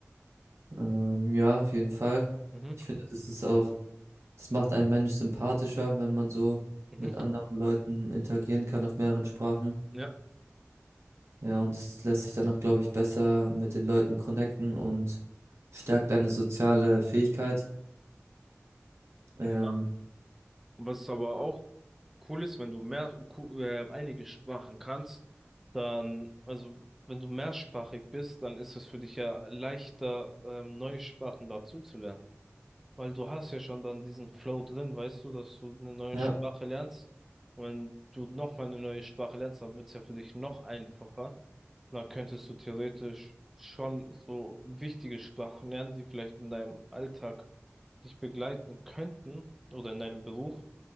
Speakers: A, on the right (about 65°); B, in the centre.
A: Ähm, ja, auf jeden Fall.
B: Mhm,
A: Ich finde, das ist auch Das macht einen Mensch sympathischer, wenn man so
B: mhm,
A: mit anderen Leuten interagieren kann auf mehreren Sprachen.
B: ja.
A: Ja, und es lässt sich dann auch, glaube ich, besser mit den Leuten connecten und stärkt deine soziale Fähigkeit. Ähm,
B: Ja. Was aber auch cool ist, wenn du mehr, ku- äh, einige Sprachen kannst, dann, also wenn du mehrsprachig bist, dann ist es für dich ja leichter, ähm, neue Sprachen dazuzulernen. Weil du hast ja schon dann diesen Flow drin, weißt du, dass du eine neue
A: ja,
B: Sprache lernst. wenn du nochmal eine neue Sprache lernst, dann wird es ja für dich noch einfacher. dann könntest du theoretisch schon so wichtige Sprachen lernen, die vielleicht in deinem Alltag dich begleiten könnten oder in deinem Beruf.